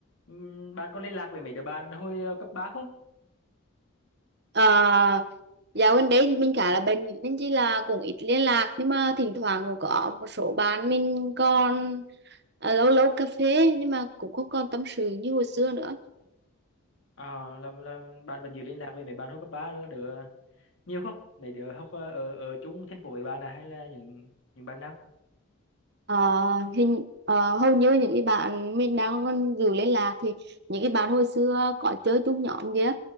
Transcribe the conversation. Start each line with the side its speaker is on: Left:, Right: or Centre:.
Left: Ừm, bạn có liên lạc với mấy đứa bạn hồi ờ, cấp 3 không?
Right: Ờ, dạo gần đây thì mình khá là bận nên chỉ là cũng ít liên lạc nhưng mà thỉnh thoảng cũng có một số bạn mình còn ờ, lâu lâu cà phê nhưng mà cũng không còn tâm sự như hồi xưa nữa
Left: Ờ, là, là bạn vẫn giữ liên lạc với mấy bạn hồi cấp 3 là đứa nhiều không? Mấy đứa học ờ, ở ở chung thành phố với bạn à hay là những những bạn nào?
Right: Ờ, hình ờ, hầu như những cái bạn mình đang còn giữ liên lạc thì những cái bạn hồi xưa có chơi chung nhóm kia